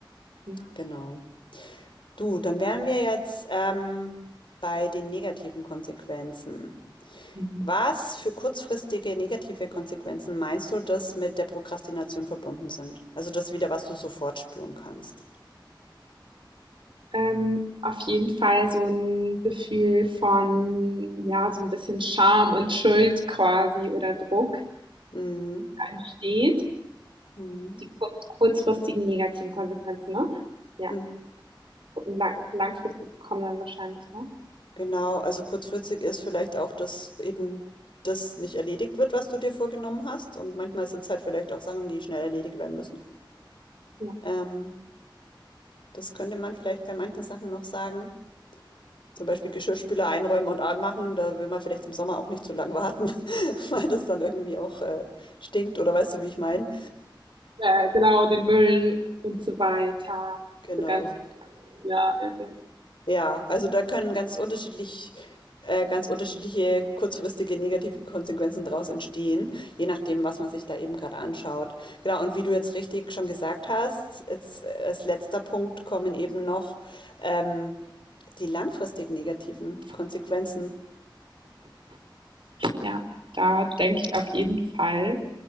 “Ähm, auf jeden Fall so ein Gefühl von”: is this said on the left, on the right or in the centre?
Right